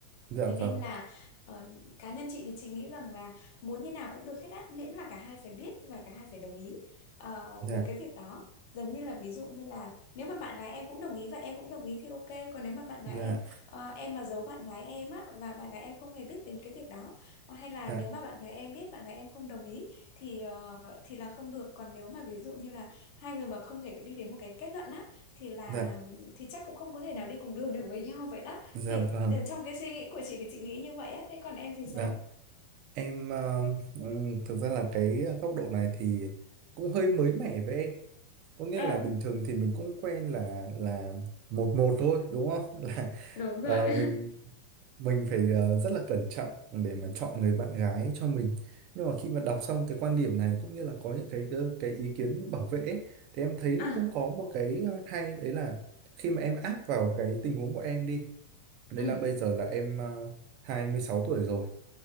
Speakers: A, on the right; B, on the left.
A: dạ
B: Thế nên
A: vâng
B: là ờ, cá nhân chị thì chị nghĩ rằng là muốn như nào cũng được hết á, miễn là cả hai phải biết và cả hai phải đồng ý ờ,
A: dạ
B: với cái việc đó. Giống như là ví dụ như là nếu mà bạn gái em cũng đồng ý và em cũng đồng ý thì ok. Còn nếu mà bạn
A: dạ
B: gái em ờ, em mà giấu bạn gái em á và bạn gái em không hề biết đến cái việc đó Ờ, hay là
A: dạ
B: nếu mà bạn gái em biết bạn gái em không đồng ý thì ờ, thì là không được. Còn nếu mà ví dụ như là hai người mà không thể đi đến một cái kết luận á thì là
A: dạ
B: thì chắc cũng không có thể nào đi cùng đường được với nhau vậy đó
A: dạ
B: thì
A: vâng
B: ờ, trong cái suy nghĩ của chị thì chị nghĩ như vậy á thế còn em thì
A: dạ
B: sao
A: em ờ, ừm, thực ra là cái góc độ này thì cũng hơi mới mẻ với em có nghĩa
B: À,
A: là bình thường thì mình cũng quen là là một một thôi đúng không <laughs> là
B: đúng
A: ờ,
B: rồi. <laughs>
A: mình mình phải ờ, rất là cẩn trọng để mà chọn người bạn gái cho mình nhưng mà khi mà đọc xong cái quan điểm này cũng như là có những cái cái, cái ý kiến bảo vệ ấy, thì em thấy
B: À,
A: cũng có một cái ờ, hay đấy là khi mà em áp vào cái tình huống của em đi đấy
B: ừ,
A: là bây giờ là em ờ, 26 tuổi rồi